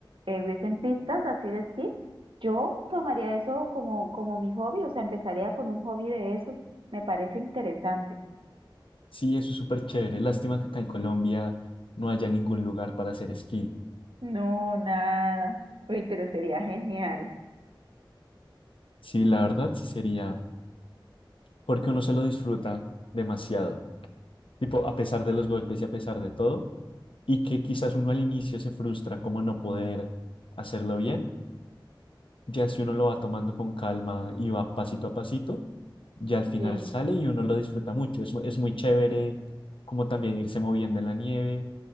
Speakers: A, on the right (about 80°); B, on the left (about 85°).
A: eh, hubiesen pistas así de esquí, yo tomaría eso como, como mi hobby, o sea, empezaría con un hobby de eso. Me parece interesante.
B: Sí, eso es súper chévere. Lástima que acá en Colombia no haya ningún lugar para hacer esquí.
A: No, nada. Uy, pero sería genial.
B: Sí, la verdad sí sería porque uno se lo disfruta demasiado, tipo, a pesar de los golpes y a pesar de todo, y que quizás uno al inicio se frustra como no poder hacerlo bien, ya si uno lo va tomando con calma y va pasito a pasito, ya al final
A: Sí.
B: sale y uno lo disfruta mucho, es, mu- es muy chévere como también irse moviendo en la nieve,